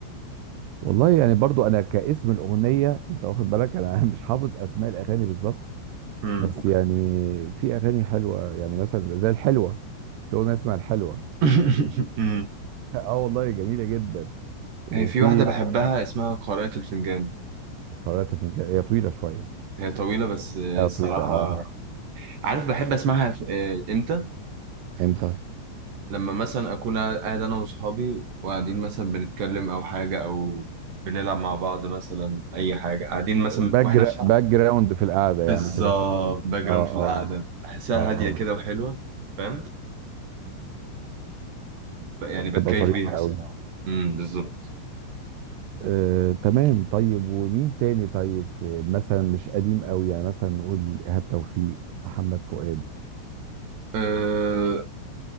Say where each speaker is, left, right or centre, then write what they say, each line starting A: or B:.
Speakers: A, on the right; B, on the right.
A: والله يعني برضو انا كاسم الاغنيه انت واخد بالك انا <laughs> مش حافظ اسماء الاغاني بالظبط
B: امم
A: بس يعني في اغاني حلوه يعني مثلا زي الحلوه في اغنيه اسمها الحلوه
B: <laughs> أمم.
A: <laughs> اه والله جميله جدا وفي
B: هي في واحده بحبها اسمها قارئة الفنجان
A: قارئة الفنجان هي طويله شويه
B: هي طويلة بس آه،
A: اه
B: الصراحة
A: طويله اه
B: عارف بحب اسمعها في- آه، امتى
A: امتى
B: لما مثلا اكون قاعد انا واصحابي وقاعدين مثلا بنتكلم او حاجة او بنلعب مع بعض مثلا اي حاجة قاعدين مثلا
A: باك
B: واحنا في
A: باك جراوند في القعده يعني
B: بالظبط
A: كده شغال
B: باك جراوند
A: اه اه
B: في القعدة بحسها
A: اه
B: هادية كده وحلوة فاهم ب- يعني
A: اه
B: بتكيف
A: تبقى ظريفه
B: بيها الصراحة
A: قوي
B: امم بالظبط
A: آه، تمام طيب ومين تاني طيب آه، مثلا مش قديم قوي يعني مثلا نقول ايهاب توفيق محمد فؤاد
B: أه